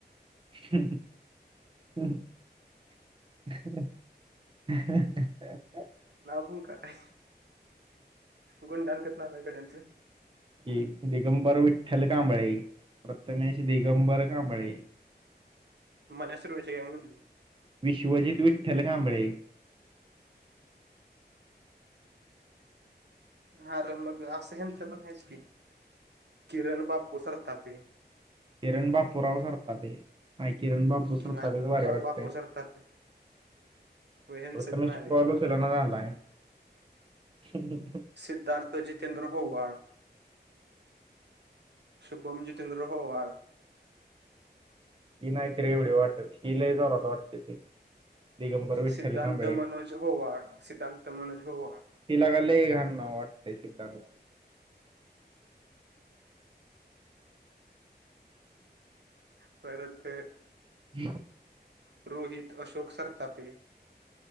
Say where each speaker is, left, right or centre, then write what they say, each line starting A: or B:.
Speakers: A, on the right; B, on the right.
A: <unintelligible> ह--ह--ह
B: नाव हो का काय, गुणडानकत नावयकड्यांचं,
A: एक दिगंबर विठ्ठल कांबळे, प्रथमेश दिगंबर कांबळे.
B: मन्या सुर्वे च्या गॅग
A: विश्वजित विठ्ठल कांबळे.
B: हा र मग असं हंच पण हायच की. किरण बापु सरतापे.
A: किरण बापूराव सरपाते, नाही किरण बापू
B: नाही
A: भारी
B: बा
A: वाटतंय,
B: बापू सरतापे व ह्यांचं
A: प्रथमेश
B: बी नाव
A: कॉल
B: आहे
A: ऊचलना झालाय, ह, ह, ह.
B: सिद्धार्थ जितेंद्र होवाळ. शुभम जितेंद्र होवाळ.
A: ही नाहीत र एवढी वाटत, हि लय जोरात वाटते ती. दिगंबर विठ्ठल
B: सिद्धांत
A: कांबळे
B: मनोज होवाळ, सिद्धांत मनोज होवाळ.
A: ति लगा लय घान वाटतंय, सिद्धांत
B: परत
A: हम्म.
B: रोहित अशोक सरतापे.